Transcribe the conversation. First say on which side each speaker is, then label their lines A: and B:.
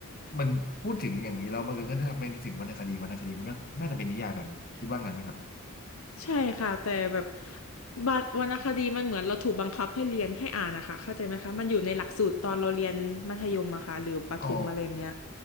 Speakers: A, on the left; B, on the left.
A: มันพูดถึงอย่างนี้เรามันก็จะทำให้นึกถึงวรรณคดีวรรณคดีมันก็น่าจะเป็นนิยายแบบนี้คิดว่างั้นไหมครับ
B: ใช่ค่ะแต่แบบบัดวรรณคดีมันเหมือนเราถูกบังคับให้เรียนให้อ่านนะคะเข้าใจไหมคะมันอยู่ในหลักสูตรตอนเราเรียนมัธยมอะค่ะหรือประถมอะไรแบบเนี้ย
A: อ๋อ